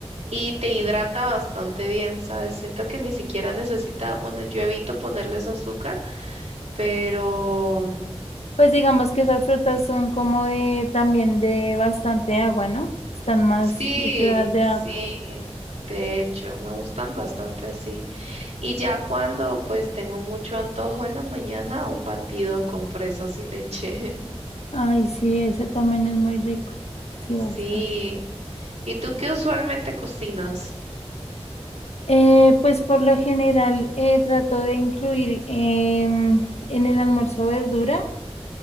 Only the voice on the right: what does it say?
y te hidrata bastante bien, ¿sabes? Siento que ni siquiera necesita, bueno, yo evito ponerles azúcar, pero mm,
sí,
sí,
de hecho, me gustan bastante así. Y ya cuando pues tengo mucho antojo en la mañana, un batido con fresas y leche. <laughs>
Sí. ¿Y tú qué usualmente cocinas?